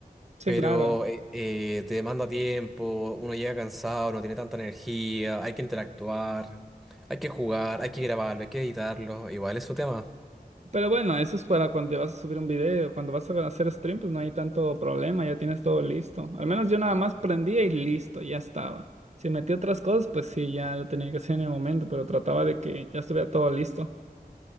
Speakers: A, on the right; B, in the centre.
A: sí,
B: pero
A: claro.
B: eh, eh, te demanda tiempo, uno llega cansado, no tiene tanta energía, hay que interactuar, hay que jugar, hay que grabarlo, hay que editarlo, igual es su tema.
A: Pero bueno, eso es para cuando vas a subir un video, cuando vas a hacer stream, pues no hay tanto problema, ya tienes todo listo. Al menos yo nada más prendía y listo, ya estaba. Si metí otras cosas, pues sí, ya lo tenía que hacer en el momento, pero trataba de que ya estuviera todo listo.